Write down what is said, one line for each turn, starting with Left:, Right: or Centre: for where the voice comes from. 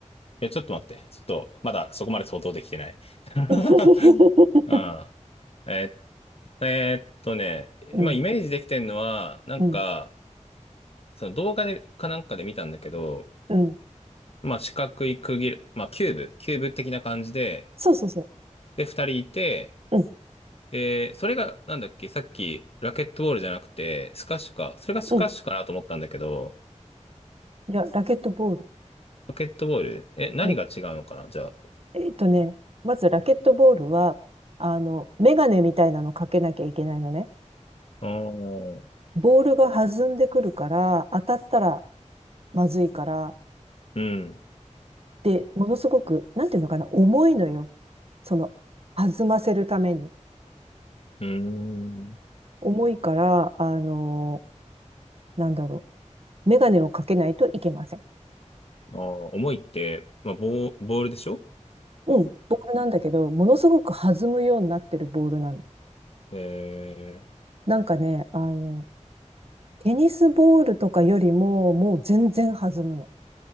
Left: や、ちょっと待って。ちょっと、まだそこまで想像できてない。<laughs>
Right: <laughs>
Left: うん。えーえーっとね、
Right: うん、
Left: 今イメージできてるのは、なんか、
Right: うん、
Left: その動画でかなんかで見たんだけど、
Right: うん。
Left: まあ四角い区切る、まあキューブ、キューブ的な感じで、
Right: そうそうそ
Left: で、二人いて、
Right: う。うん、
Left: で、それが、なんだっけ、さっきラケットボールじゃなくて、スカッシュか。それがスカッシュかなと思ったんだけど、
Right: うん。じゃあ、ラケットボール。
Left: ラケットボール、え、何が違うのかな、
Right: うん。
Left: じゃあ。
Right: えっとね、まずラケットボールは、あの、メガネみたいなのかけなきゃいけないのね。
Left: あー
Right: ボールが弾んでくるから、当たったらまずいから、
Left: うん、
Right: で、ものすごく、なんていうのかな、重いのよ。その、弾ませるために。
Left: うーん。
Right: 重いから、あの、なんだろう、メガネをかけないといけません。
Left: あー、重いって、まあ、ボー、ボールでしょ
Right: うん、ボールなんだけど、ものすごく弾むようになってるボールなの。
Left: え
Right: なんかね、あの、テニスボールとかよりも、もう全然弾むの。